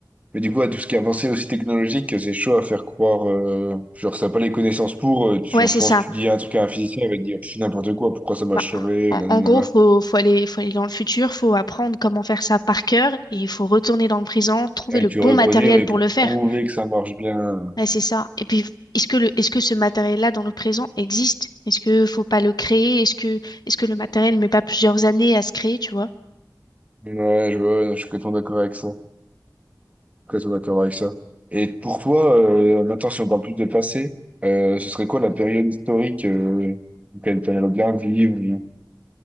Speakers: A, on the right (about 20°); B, on the left (about 65°).
A: Mais du coup, à tout ce qui est avancé aussi technologique, c'est chaud à faire croire. euh, genre, ça n'a pas les connaissances pour. euh, tu-
B: Ouais,
A: genre,
B: c'est
A: je pense
B: ça.
A: que tu dis un truc à un physicien, il va te dire Pff, n'importe quoi, pourquoi ça marcherait,
B: Bah, en,
A: nani,
B: en
A: nana.
B: gros, faut, faut aller, faut aller dans le futur, faut apprendre comment faire ça par cœur et il faut retourner dans le présent, trouver
A: Et
B: le
A: tu
B: bon
A: reproduire
B: matériel
A: et
B: pour
A: pour
B: le faire.
A: prouver que ça marche bien.
B: Ouais, c'est ça. Et puis, est-ce que le, est-ce que ce matériel-là dans le présent existe? Est-ce que faut pas le créer? Est-ce que, est-ce que le matériel met pas plusieurs années à se créer, tu vois?
A: Ouais, je, vois, je suis complètement d'accord avec ça. Complètement d'accord avec ça. Et pour toi, euh, maintenant, si on parle plus de passé, euh, ce serait quoi la période historique, euh, auquel tu aimerais bien vivre,